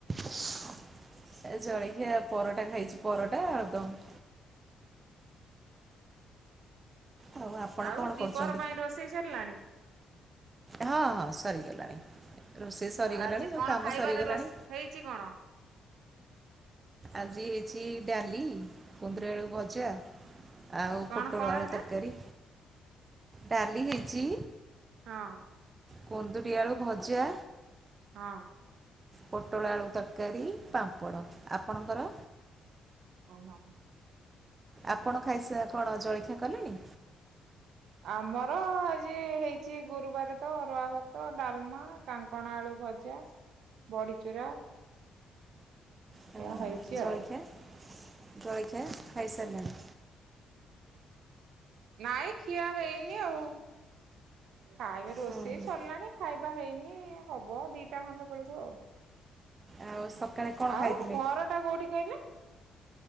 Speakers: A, on the right (about 30°); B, on the right (about 75°).
A: <unintelligible> ଏ ଜଲିଖିଆ ପରଟା ଖାଇଛି ପରଟା ଆଲୁଦମ୍। ଆଉ ଆପଣ
B: ଆଉ
A: କଣ
B: ଦିପହର
A: କରୁଛନ୍ତି?
B: ପାଇଁ ରୋଷେଇ ସରିଲାଣି।
A: ହଁ ହଁ ସରିଗଲାଣି। ରୋଷେଇ ସରିଗଲାଣି
B: ଆଜି
A: ସବୁ
B: କଣ
A: କାମ
B: ଖାଇବାରେ
A: ସରିଗଲାଣି
B: ରୋସେ ହେଇଛି କଣ?
A: ଆଜି ହେଇଛି ଡାଲି, କୁନ୍ଦୁରି ଆଳୁ ଭଜା। ଆଉ
B: କଣ
A: ପୋଟଳ
B: କଣ
A: ଆଳୁ
B: ହେଲା?
A: ତରକାରୀ ଡାଲି ହେଇଛି।
B: ହଁ।
A: କୁନ୍ଦୁରି ଆଳୁ ଭଜା।
B: ହଁ।
A: ପୋଟଳ ଆଳୁ ତରକାରୀ ପାମ୍ପଡ଼, ଆପଣଙ୍କର?
B: ଓହୋ।
A: ଆପଣ ଖାଇସ ଆ କଣ ଜଳଖିଆ କଲେଣି?
B: ଆମର ଆଜି ହେଇଛି ଗୁରୁବାର ତ ଅରୁଆ ଭାତ ଡାଲମା କାଙ୍କଣ ଆଳୁ ଭଜା ଚା ବଡିଚୁରା
A: ହଁ
B: ଏ ହେଉଛି
A: ଜଳଖିଆ
B: ଆଉ।
A: ଜଳଖିଆ ଖାଇସାରିଲଣି?
B: ନାଇଁ ଖିଆ ହେଇନି ଆଉ ଖାଇବେ ରୋଷେଇ
A: ହୁଁ ହୁଁ
B: ସରିଲାଣି ଖାଇ ବା ହେଇନି ହବ ଦିଟା ଖଣ୍ଡ ବେଳକୁ ଆଉ।
A: ଆଉ ସକାଳେ କଣ
B: ଆଉ
A: ଖାଇଥିଲେ?
B: ଘର ଟା କୋଉଠି କହିଲେ?